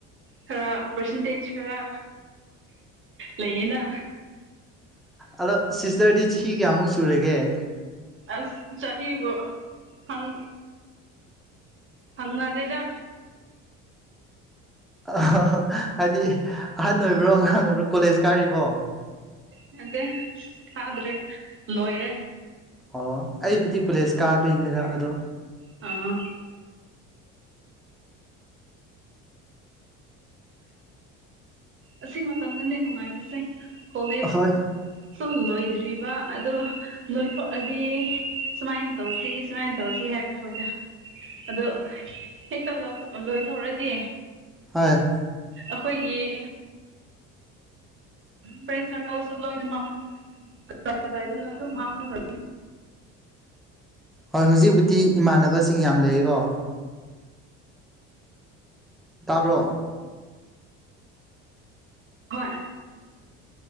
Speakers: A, on the right (about 30°); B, in the centre.
A: ꯈꯔ ꯄꯔꯁꯦꯟꯇꯦꯖ ꯈꯔ ꯂꯩꯌꯦꯅ
B: ꯑꯗꯣ ꯁꯤꯁꯇꯔꯗꯤ ꯆꯍꯤ ꯀꯌꯥꯃꯨꯛ ꯁꯨꯔꯒꯦ
A: ꯑꯁ ꯆꯍꯤꯕꯨ ꯍꯪ ꯍꯪꯅꯗꯦꯗ
B: ꯑ ꯍꯥꯏꯗꯤ ꯑꯍꯟ ꯑꯣꯏꯕ꯭ꯔꯣ ꯑꯉꯥꯡ ꯑꯣꯏꯕ꯭ꯔꯣ ꯀꯣꯂꯦꯖ ꯀꯥꯔꯤꯕꯣ
A: ꯅꯠꯇꯦ ꯀꯥꯗ꯭ꯔꯦ ꯂꯣꯏꯔꯦ
B: ꯑꯣ ꯑꯩꯕꯨꯗꯤ ꯀꯣꯂꯦꯖ ꯀꯥꯕꯩꯅꯤꯗ ꯑꯗꯣ
A: ꯑꯥ ꯑꯁꯤ ꯃꯇꯝꯗꯅꯦ ꯅꯨꯡꯉꯥꯏꯕꯁꯦ ꯀꯣꯂꯦꯖ
B: ꯍꯣꯏ
A: ꯁꯨꯝ ꯂꯣꯏꯗ꯭ꯔꯤꯕ ꯑꯗꯨ ꯅꯣꯏꯊꯣꯛꯑꯗꯤ ꯁꯨꯃꯥꯏꯅ ꯇꯧꯁꯤ ꯁꯨꯃꯥꯏꯅ ꯇꯧꯁꯤ ꯍꯥꯏꯕꯈꯣꯏꯗ ꯑꯗꯣ ꯍꯦꯛꯇ ꯂꯧꯊꯣ ꯂꯣꯏꯊꯣꯛꯑꯗꯤ
B: ꯍꯣꯏ
A: ꯑꯩꯈꯣꯏꯒꯤ ꯐ꯭ꯔꯦꯟ ꯁꯥꯔꯀꯜꯁꯨ ꯂꯣꯏꯅꯗꯥ ꯀꯗꯥꯏꯗꯅ ꯑꯗꯨꯝ ꯃꯥꯡꯈ꯭ꯔ
B: ꯍꯣꯏ ꯍꯧꯖꯤꯛꯕꯨꯗꯤ ꯏꯃꯥꯟꯅꯕꯁꯤꯡ ꯌꯥꯝ ꯂꯩꯌꯦꯀꯣ ꯇꯥꯕ꯭ꯔꯣ
A: ꯍꯣꯏ